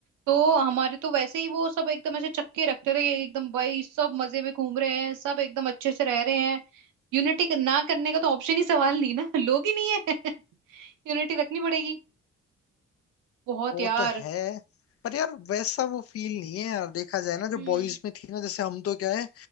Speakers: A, on the right; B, on the left.
A: तो हमारे तो वैसे ही वो सब एकदम ऐसे चक्के रखते थे कि एकदम भाई सब मजे में घूम रहे हैं सब एकदम अच्छे से रह रहे हैं यूनिटी ना करने का तो ऑप्शन ही सवाल नहीं ना <laughs> लोग ही नहीं है <laughs> यूनिटी रखनी पड़ेगी बहुत
B: वो
A: यार
B: तो है पर यार वैसा वो फील नहीं है यार देखा जाए ना जो
A: हम्म
B: बॉयज में थी ना जैसे हम तो क्या है